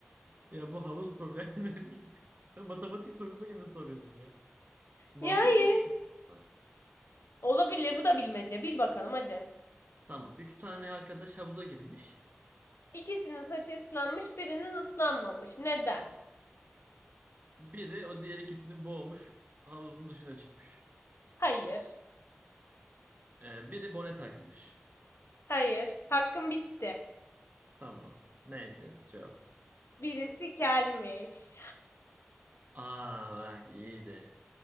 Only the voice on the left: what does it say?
Ya
Yani
olabilir. Bu da bilmece. Bil bakalım hadi.
İkisinin saçı ıslanmış, birinin ıslanmamış. Neden?
Hayır.
Hayır. Hakkım bitti.
Birisi gelmiş.